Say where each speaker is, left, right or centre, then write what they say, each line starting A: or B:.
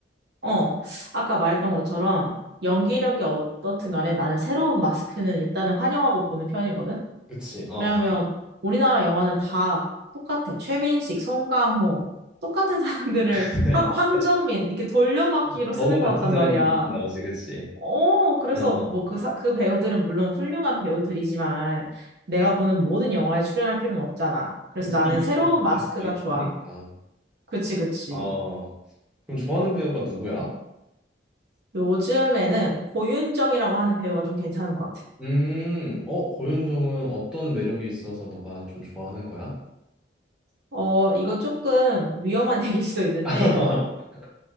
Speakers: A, on the right; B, in the centre.
A: 어, 아까 말했던 것처럼 연기력이 어떻든 간에 나는 새로운 마스크는 일단은 환영하고 보는 편이거든.
B: 그치, 어.
A: 왜냐면 우리나라 영화는 다 똑같아. 최민식, 송강호, 똑같은 사람들을
B: <laughs>
A: 황, 황정민 이렇게 돌려막기로
B: 너무
A: 쓰는
B: 같은
A: 것 같단
B: 사람들이
A: 말이야.
B: 나오지, 그치?
A: 어, 그래서
B: 어, 어.
A: 뭐 그 사- 그 배우들은 물론 훌륭한 배우들이지만 내가 보는 모든 영화에 출연할 필요는 없잖아. 그래서
B: 그치,
A: 나는
B: 이미지도
A: 새로운
B: 같을
A: 마스크가
B: 수도 있고
A: 좋아.
B: 하니까.
A: 그치, 그치.
B: 어, 그럼 좋아하는 배우가 누구야?
A: 요즘에는 고윤정이라고 하는 배우가 좀 괜찮은 것 같아.
B: 음, 어, 고윤정은 어떤 매력이 있어서 너가 좀 좋아하는 거야?
A: 어, 이거 조금 위험한 <laughs> 얘기일 수도 있는데
B: <laughs>